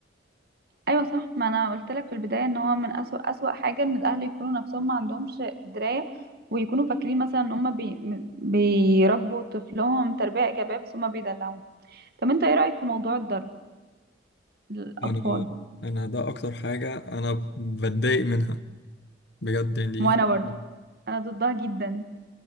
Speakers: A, on the right (about 55°); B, on the left (about 60°).
A: أيوه صح ما أنا قلت لك في البداية إن هو من أسوأ أسوأ حاجة إن الأهل يكونوا نفسهم ما عندهمش دراية ويكونوا فاكرين مثلا إن هما بي... م- بيربوا طفلهم تربية إيجابية بس هما بيدلعوهم طب أنت إيه رأيك في موضوع الضرب للأطفال
B: انا انا ده اكتر حاجة انا بتضايق منها بجد يعني
A: وأنا برضه
B: دي
A: أنا ضدها جدا